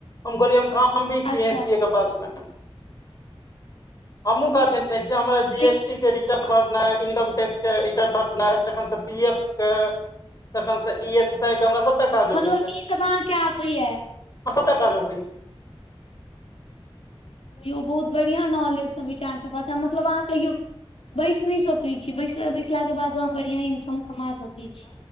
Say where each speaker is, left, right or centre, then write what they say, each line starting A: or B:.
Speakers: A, on the left; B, on the left.
A: हम कहलिय हम काम भी
B: अच्छा
A: किए सी ए के पासमे! हमहुँ काज केने छिअइ, हमरा जी
B: लेकिन
A: एस टी के रि रिटर्न भरनाइ, इनकम टैक्स के रिटर्न भरनाइ, तखन सं पी एफके <inaudible> थखन सं ई एफ एस आइ के हमरा सबटा काज
B: मतलब
A: अबैया। <inaudible>
B: ई सब अहाँके आबैया
A: हं सबटा काज‌ अबैया।
B: यौ बहुत बढ़िया नॉलेज सब अछि अहाँके भाषा मतलब अहाँ कहियो बैसि नै सकै छी। बैसल बैसला के बादो अहाँ बढ़ियां इनकम कमा सकै छी।